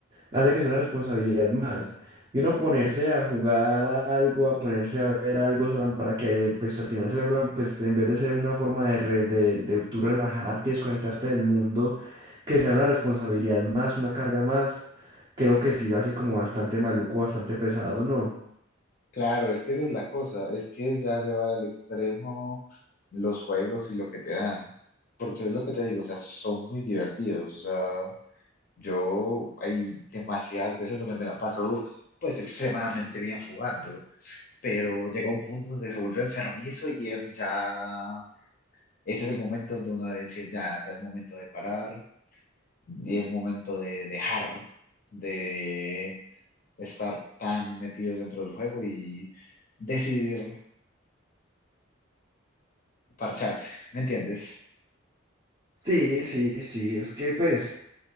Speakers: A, on the right; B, on the left.
A: hace que sea una responsabilidad más. Y uno ponerse a jugar a algo, a ponerse a ver algo solam- para que pues al final se vuelva, pues en vez de ser una forma de, re- de, de tú relajarte y desconectarte del mundo, que sea una responsabilidad más, una carga más, creo que sí lo hace como bastante maluco, bastante pesado, ¿no?
B: Claro, es que esa es la cosa, es que es ya llevar al extremo los juegos y lo que te dan, porque es lo que te digo, o sea, son muy divertidos, o sea, yo hay demasiadas veces donde me la paso pues extremadamente bien jugando, pero llega un punto donde se vuelve enfermizo y es ya, ese es el momento donde uno debe decir ya, ya es momento de parar y es momento de dejar de estar tan metidos dentro del juego y decidir parcharse, ¿me entiendes?
A: Sí, sí, sí, es que pues...